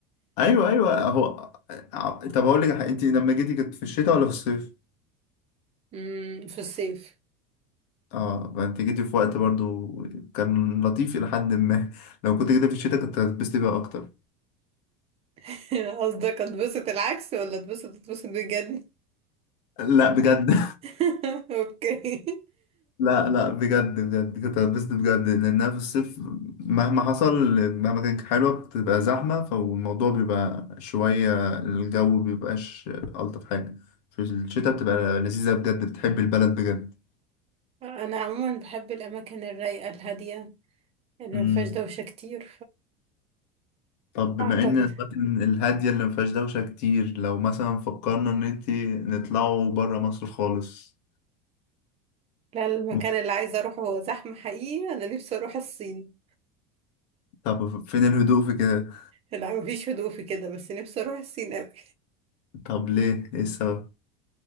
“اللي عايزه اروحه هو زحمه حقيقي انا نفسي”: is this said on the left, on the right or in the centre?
Right